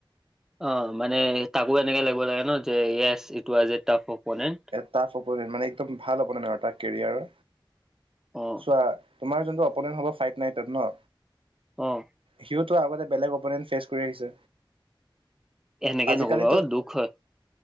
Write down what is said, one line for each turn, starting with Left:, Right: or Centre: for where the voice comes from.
Centre: অঁ মানে তাকো এনেকে লাগিব লাগে, ন যে yes it was a tough opponent.
Right: Tough opponent মানে একদম ভাল অপনেণ্ট আৰু তাৰ কেৰিয়াৰ ৰ।
Centre: অঁ
Right: চোৱা, তোমাৰ যোনটো অপ'নেণ্ট হ' ফাইট নাইট ত ন।
Centre: অঁ।
Right: সিওতো আগতে বেলেগ অপনেন ফেচ কৰি আহিছে।
Centre: এনেকে
Right: আজিকালিতো,
Centre: নকবা অ দুখ হয়